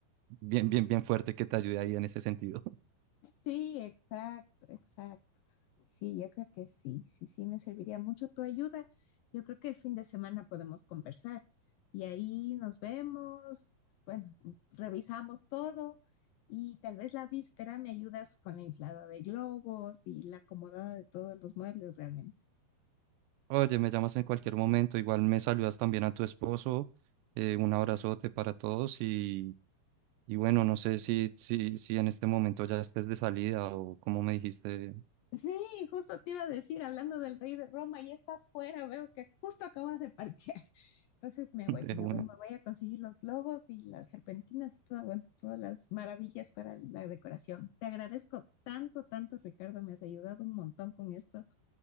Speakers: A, on the right; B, on the left.
A: bien, bien, bien fuerte que te ayude ahí en ese sentido.
B: Sí, exacto, exacto. Sí, yo creo que sí, sí, sí, me serviría mucho tu ayuda. Yo creo que el fin de semana podemos conversar y ahí nos vemos, bueno, revisamos todo y tal vez la víspera me ayudas con la inflada de globos y la acomodada de todos los muebles realmente.
A: Oye, me llamas en cualquier momento, igual me saludas también a tu esposo, eh, un abrazote para todos y, y bueno, no sé si, si, si en este momento ya estés de salida o como me dijiste
B: Sí, justo te iba a decir, hablando del rey de Roma, ya está afuera, veo que justo acabas de parquear. <laughs> Entonces me
A: <laughs>
B: voy,
A: de
B: me
A: una.
B: voy, me voy a conseguir los globos y las serpentinas y todo, bueno, todas las maravillas para la decoración. Te agradezco tanto, tanto, Ricardo, me has ayudado un montón con esto.